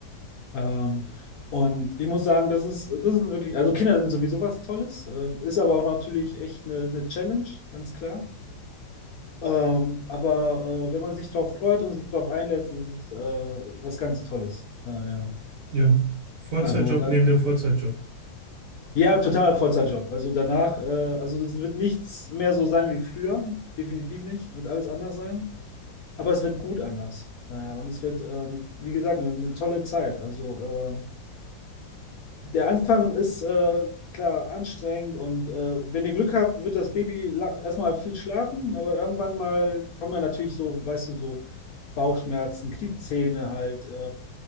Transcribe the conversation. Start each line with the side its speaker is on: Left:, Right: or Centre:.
Left: ähm, und ich muss sagen, das ist, das ist wirklich, also Kinder sind sowieso was Tolles, äh, ist aber auch natürlich echt eine, eine Challenge, ganz klar. Ähm, aber äh, wenn man sich drauf freut und sich drauf einlässt, ist es äh, was ganz Tolles. Naja.
Right: ja. Vollzeitjob
Left: Also, da,
Right: neben dem Vollzeitjob.
Left: ja, totaler Vollzeitjob. Also danach, äh, also es wird nichts mehr so sein wie früher. Definitiv nicht. Wird alles anders sein. Aber es wird gut anders. Naja, und es wird, äh, wie gesagt, eine, eine tolle Zeit. Also ähm, der Anfang ist äh, klar anstrengend und äh, wenn ihr Glück habt, wird das Baby la- erstmal viel schlafen, aber irgendwann mal kommen ja natürlich so, weißt du, so Bauchschmerzen, Kniezähne halt. Äh,